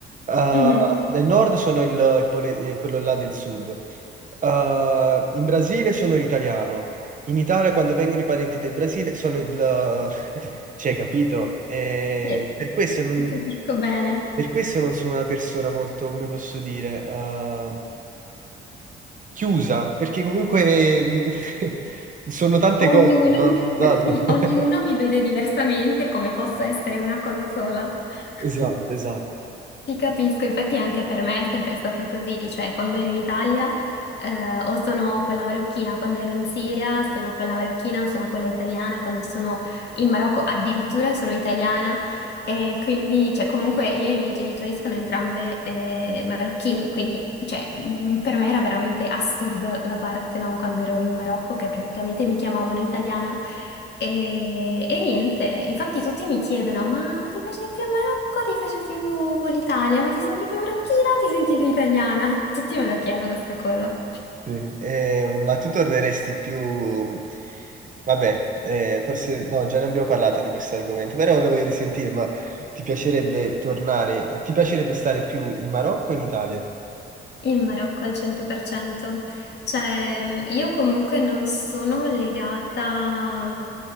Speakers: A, on the right (about 40°); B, on the left (about 60°).
A: Eh,
B: Mhm,
A: nel nord sono il, il pole- eh, quello là del sud, Eh, in Brasile sono l'italiano, in Italia quando vengono i parenti del Brasile sono il... <laughs> cioè, capito? Eh,
B: Sì,
A: per questo non...
B: ti capisco bene.
A: Per questo non sono una persona molto, come posso dire, eh, chiusa, perché comunque mm, <laughs> sono tante
B: Ognuno,
A: cose, no? Esatto.
B: <laughs> sì,
A: <laughs>
B: ognuno mi vede diversamente come posso essere una cosa sola.
A: Esatto,
B: <laughs>
A: esatto.
B: Ti capisco, infatti anche per me è sempre stato così, cioè quando ero in Italia eh, o sono quella marocchina, quando ero in Siria sono quella marocchina o sono quella italiana, quando sono in Marocco addirittura sono italiana, e quindi, cioè, comunque io e i miei genitori sono entrambe eh, marocchini, quindi, cioè, mh, per me era veramente assurdo la parte, no, quando ero in Marocco, che praticamente mi chiamavano italiana. E, e niente, infatti tutti mi chiedono, ma, ma ti piace più il Marocco, ti piace più l'Italia, ma ti senti più marocchina o ti senti più italiana? Tutti me lo chiedono sta cosa.
A: Sì. Eh, ma tu torneresti più... Vabbè, eh, forse no, già ne abbiamo parlato di questo argomento, però lo voglio risentire, ma ti piacerebbe tornare, ti piacerebbe stare più in Marocco o in Italia?
B: In Marocco al 100%. Cioè, io comunque non sono legata,